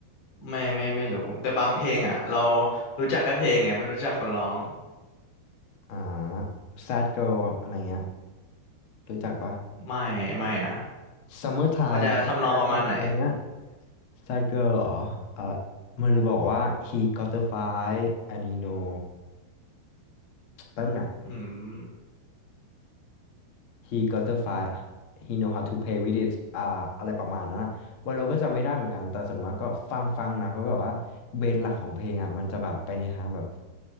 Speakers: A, on the left; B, on the left.
A: ไม่ไม่ไม่รู้แต่บางเพลงอ่ะเรารู้จักแค่เพลงไงไม่รู้จักคนร้อง
B: อ่า Sad Girl อะไรเงี้ยรู้จักปะ
A: ไม่ไม่นะ
B: Summertime
A: มันจะทำนองประมาณไหน
B: Sadness อะไรเงี้ย Sad Girl เหรอเอ่อมันจะบอกว่า he got the fight and he know แป๊บหนะ
A: อืม
B: he got the fight he know how to play with it อ่าอะไรประมาณนั้นนะว่าเราก็จำไม่ได้เหมือนกันแต่ส่วนมากก็ฟังฟังนะเพราะแบบว่าเบสหลักของเพลงอ่ะมันจะแบบไปในทางแบบ